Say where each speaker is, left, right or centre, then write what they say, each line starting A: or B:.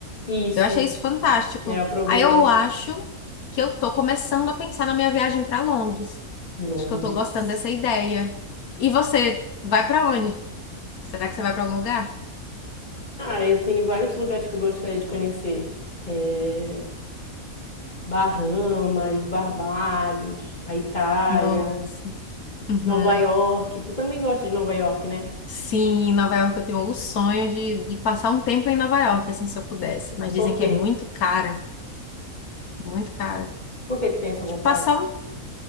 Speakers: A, on the left; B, on the left.
A: Isso,
B: Eu achei isso fantástico.
A: né? Aproveita
B: Aí eu acho que eu tô começando a pensar na minha viagem para Londres.
A: Londres.
B: Acho que eu tô gostando dessa ideia. E você vai para onde? Será que você vai para algum lugar?
A: Ah, eu tenho vários lugares que eu gostaria de conhecer. É, Bahamas, Barbados, a Itália,
B: Nossa. Uhum.
A: Nova York. Tu também gosta de Nova York, né?
B: Sim, Nova York eu tenho o sonho de, de passar um tempo em Nova York, assim, se eu pudesse. Mas
A: Por
B: dizem
A: quê?
B: que é muito cara, muito cara.
A: Por que tu tem essa
B: Tipo,
A: vontade?
B: Passar